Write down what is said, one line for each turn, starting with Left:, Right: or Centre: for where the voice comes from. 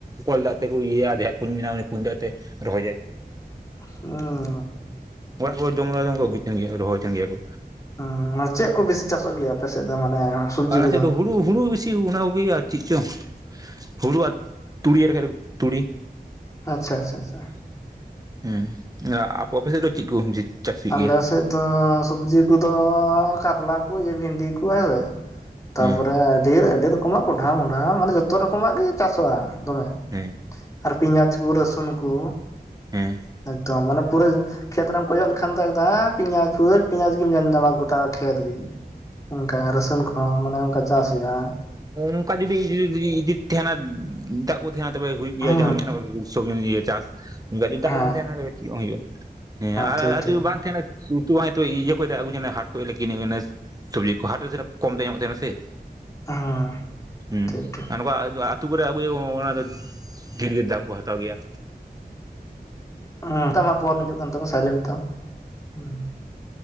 Right: ᱠᱚᱞ ᱫᱟᱜ ᱛᱮᱠᱚ ᱤᱭᱟᱹᱭᱟ, ᱡᱟᱦᱟᱸᱭᱟᱜ ᱠᱩᱧ ᱢᱮᱱᱟᱜᱼᱟ ᱩᱱᱤ ᱠᱩᱧ ᱫᱟᱜ ᱛᱮ ᱨᱚᱦᱚᱭᱟᱭ᱾
Left: ᱦᱩᱸ
Right: ᱚᱲᱟᱜ ᱦᱚᱲ ᱡᱚᱢ <unintelligible> ᱵᱩᱡᱽ ᱠᱟᱱ ᱜᱮᱭᱟ ᱨᱚᱦᱚᱭ ᱴᱷᱮᱱ ᱜᱮᱭᱟ ᱠᱚ᱾
Left: ᱟᱸ ᱢᱟ ᱪᱮᱜ ᱠᱚ ᱵᱤᱥᱤ ᱪᱟᱥᱚᱜ ᱜᱮᱭᱟ, ᱟᱯᱮᱥᱮᱜ ᱫᱚ ᱢᱟᱱᱮ ᱥᱩᱵᱽᱡᱤ
Right: ᱟᱨ ᱟᱞᱮ
Left: ᱠᱚᱫᱚ?
Right: ᱥᱮᱫ ᱫᱚ ᱦᱩᱲᱩ ᱵᱤᱥᱤ ᱚᱱᱟ ᱠᱚᱜᱮ ᱟᱨ ᱪᱮᱫ ᱪᱚᱝ ᱦᱩᱲᱩ ᱟᱨ ᱛᱩᱲᱤ ᱟᱨ ᱛᱩᱲᱤ᱾
Left: ᱟᱪᱪᱷᱟ-ᱟᱪᱪᱷ-ᱟᱪᱪᱷᱟ ᱾
Right: ᱦᱮᱸ ᱟᱠᱚ ᱚᱯᱮᱥᱮᱜ ᱫᱚ ᱪᱮᱜ ᱠᱚ? ᱪᱟᱥ ᱦᱩᱭᱩᱜ
Left: ᱟᱞᱮ
Right: ᱜᱮᱭᱟ
Left: ᱥᱮᱜ ᱫᱚ ᱥᱚᱵᱽᱡᱤ ᱠᱚᱫᱚ, ᱠᱟᱨᱞᱟ ᱠᱚ ᱵᱷᱤᱱᱰᱤ ᱠᱚ ᱦᱮᱸᱥᱮ, ᱛᱟᱯᱚᱨᱮ
Right: ᱦᱮᱸ
Left: ᱟᱹᱰᱤ ᱟᱹᱰᱤ ᱨᱚᱠᱚᱢᱟᱜ ᱠᱚᱸᱰᱷᱟ ᱢᱚᱰᱷᱟ ᱢᱟᱱᱮ ᱡᱚᱛᱚ ᱨᱚᱠᱚᱢᱟᱜ ᱜᱮ ᱪᱟᱥᱚᱜᱼᱟ, ᱫᱚᱢᱮ᱾
Right: ᱦᱮᱸ ᱾
Left: ᱟᱨ ᱯᱮᱸᱭᱟᱡ ᱠᱚ ᱨᱟᱹᱥᱩᱱ ᱠᱚ,
Right: ᱦᱮᱸ
Left: ᱮᱠᱫᱚᱢ ᱢᱟᱱᱮ ᱯᱩᱨᱟᱹ ᱠᱷᱮᱛ ᱨᱮᱢ ᱠᱚᱭᱚᱜ ᱞᱮ ᱠᱷᱟᱱ ᱫᱚ ᱡᱮᱸ ᱯᱮᱸᱭᱟᱸᱡ <unintelligible> ᱯᱮᱸᱭᱟᱸᱡ ᱜᱮᱢ ᱧᱮᱞᱧᱟᱢᱟ ᱜᱚᱴᱟ ᱠᱷᱮᱛ ᱜᱮ᱾ ᱚᱱᱠᱟ ᱨᱟᱹᱥᱩᱱ ᱠᱚᱼᱦᱚᱸ ᱢᱟᱱᱮ ᱚᱱᱠᱟ ᱪᱟᱥ ᱦᱩᱭᱩᱜᱼᱟ, ᱦᱮ?
Right: ᱚᱝᱠᱟ ᱡᱩᱫᱤ <unintelligible> ᱛᱟᱦᱮᱱᱟ <unintelligible> ᱫᱟᱜ ᱠᱚ ᱛᱟᱦᱮᱱᱟ ᱛᱚᱵᱮᱸ ᱦᱩᱭᱩᱜ ᱜᱮᱭᱟ
Left: ᱦᱮᱸ
Right: ᱡᱟᱦᱟᱸ ᱢᱮᱱᱚᱜᱚ ᱥᱚᱵᱮ ᱤᱭᱟᱹ ᱪᱟᱥ ᱜᱟᱡᱤ ᱫᱟᱜ
Left: ᱦᱮᱸ
Right: ᱜᱮ ᱵᱟᱝ ᱛᱟᱦᱮᱱᱟ ᱪᱮᱜ ᱦᱚᱸ ᱦᱩᱭᱩᱜᱼᱟ᱾ ᱦᱮᱸ ᱟᱨ
Left: ᱴᱷᱤᱠ
Right: ᱟᱨ
Left: ᱴᱷᱤᱠ
Right: ᱵᱟᱝ ᱛᱟᱦᱮᱱᱟ ᱩᱛᱩ ᱦᱚᱸ ᱦᱚᱭᱛᱚ ᱤᱭᱟᱹ ᱠᱷᱚᱡ ᱫᱟᱜ ᱟᱹᱜᱩ ᱡᱚᱱᱟ, ᱦᱟᱴ ᱠᱷᱚᱡ ᱞᱮᱠᱤᱱᱤ ᱮᱱᱟᱹ ᱥᱚᱵᱡᱤ ᱠᱚ ᱦᱟᱴ ᱨᱮ ᱠᱚᱢᱛᱮ ᱧᱟᱢᱚᱜ ᱛᱟᱦᱮᱱᱟ ᱥᱮ᱾
Left: ᱦᱮᱸ
Right: ᱦᱩᱸ
Left: ᱴᱷᱤᱠ ᱴᱷᱤᱠ
Right: ᱟᱨ ᱱᱚᱠᱟ ᱟ ᱠᱚᱣᱟ ᱟ ᱟᱹᱛᱩ ᱠᱚᱨᱮ ᱟᱹᱜᱩᱭᱟ ᱚᱱᱟ ᱫᱚ ᱰᱷᱽᱮᱨ ᱜᱮ ᱫᱟᱢ ᱠᱚ ᱦᱟᱛᱟᱣ ᱜᱮᱭᱟ᱾
Left: ᱚᱸ ᱛᱟᱢᱟ ᱯᱷᱚᱱ ᱦᱤᱡᱩᱜ ᱠᱟᱱ ᱛᱟᱢᱟ᱾ ᱥᱟᱭᱞᱮᱱᱴᱸ ᱛᱟᱢ ᱩᱸᱻ